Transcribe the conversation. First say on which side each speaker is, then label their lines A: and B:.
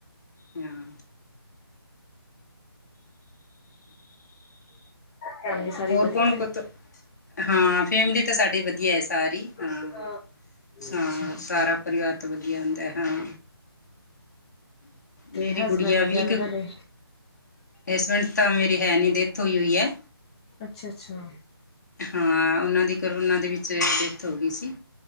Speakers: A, on the left; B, on the left.
A: ਆਂ।
B: ਫੈਮਲੀ ਸਾਰੀ
A: ਹੋਰ
B: ਵਧੀਆ
A: ਕੌਣ ਕੋਤ ਹਾਂ ਫੈਮਿਲੀ ਤਾਂ ਸਾਡੀ ਵਦੀਆ ਐ ਸਾਰੀ ਹਾਂ।
B: ਰਹਿੰਦੀ
A: ਹਾਂ
B: ਅੱਛਾ
A: ਸਾਰਾ ਪਰਿਵਾਰ ਤੇ ਵਦੀਆ ਹੁੰਦਾ ਹਾਂ।
B: ਤੇ
A: ਮੇਰੀ
B: ਹਸਬੈਂਡ
A: ਗੁੜੀਆ
B: ਵਗੈਰਾ
A: ਵੀ ਇੱਕ,
B: ਤੁਹਾਡੇ
A: ਹਸਬੈਂਡ ਤਾਂ ਮੇਰੇ ਹੈ ਨਈ ਦੇ ਡੈੱਥ ਹੋਈ ਹੋਈ ਐ।
B: ਅੱਛਾ-ਅੱਛਾ।
A: ਹਾਂ ਓਨਾਂ ਦੀ ਕਰੋਨਾ ਦੇ ਵਿੱਚ ਡੈਥ ਹੋ ਗਈ ਸੀ।